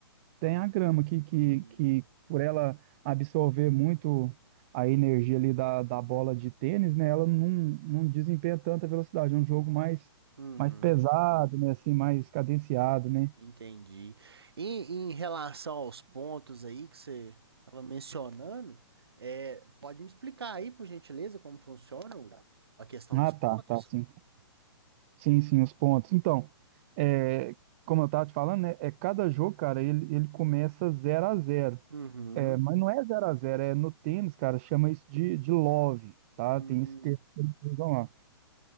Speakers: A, on the right (about 30°); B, on the right (about 65°).
A: Tem a grama que, que,
B: uhum.
A: que por ela absorver muito a energia ali da, da bola de tênis, né? Ela não, não desempenha tanta velocidade. É um jogo mais,
B: Uhum.
A: mais pesado, né? Assim, mais cadenciado, né?
B: Entendi. E em relação aos pontos aí que você estava mencionando, é, pode me explicar aí, por gentileza, como funciona o- a questão
A: Ah,
B: dos pontos?
A: tá, tá, sim. Sim, sim, os pontos. Então, é, como eu estava te falando, né? É cada jogo, cara, ele, ele começa zero a zero
B: Uhum.
A: É, mas não é zero a zero é no tênis, cara, chama isso de, de love, tá?
B: Hum,
A: Tem esse termo que eles usam lá.